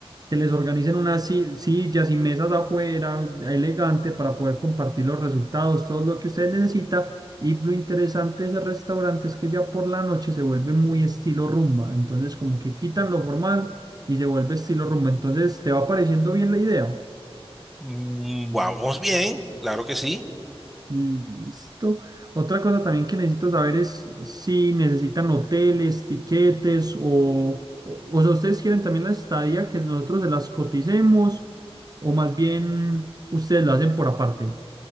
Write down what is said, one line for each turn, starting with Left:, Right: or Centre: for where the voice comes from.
Right: que les organicen unas si- sillas y mesas afuera, elegante, para poder compartir los resultados, todo lo que ustedes necesitan y lo interesante de ese restaurante es que ya por la noche se vuelve muy estilo rumba. Entonces, como que quitan lo formal y se vuelve estilo rumba. Entonces, ¿te va pareciendo bien la idea?
Centre: Mm, Vamos bien, claro que sí.
Right: Listo. Otra cosa también que necesito saber es si necesitan hoteles, tiquetes o, o, o sea, ustedes quieren también la estadía que nosotros se las coticemos o más bien ustedes la hacen por aparte.